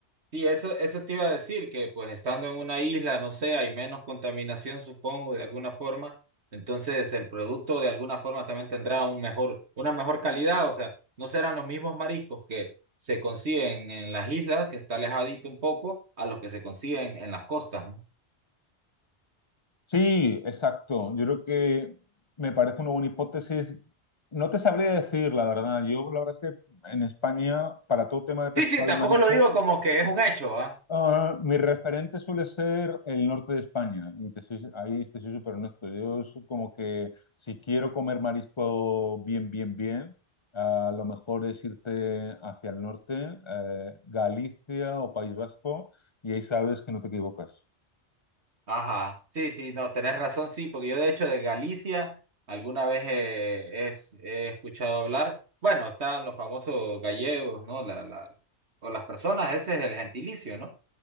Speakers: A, on the right; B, on the left.
A: Sí, eso, eso te iba a decir, que pues estando en una isla, no sé, hay menos contaminación, supongo, de alguna forma. Entonces el producto de alguna forma también tendrá un mejor, una mejor calidad. O sea, no serán los mismos mariscos que se consiguen en las islas, que está alejadito un poco, a los que se consiguen en las costas, ¿no?
B: Sí, exacto. Yo creo que me parece una buena hipótesis. No te sabría decir, la verdad. Yo, la verdad es que en España, para todo tema de pescado
A: Sí, sí, tampoco
B: y marisco,
A: lo digo como que es un hecho, ¿ah?
B: ah, mi referente suele ser el norte de España. Y te soy- ahí te soy súper honesto. Yo es como que si quiero comer marisco bien, bien, bien, ah, lo mejor es irte hacia el norte, eh, Galicia o País Vasco, y ahí sabes que no te equivocas.
A: Ajá, sí, sí, no, tenés razón, sí, porque yo de hecho de Galicia alguna vez eh, es- he, escuchado hablar, bueno, están los famosos gallegos, ¿no? La, la, o las personas, ese es el gentilicio, ¿no?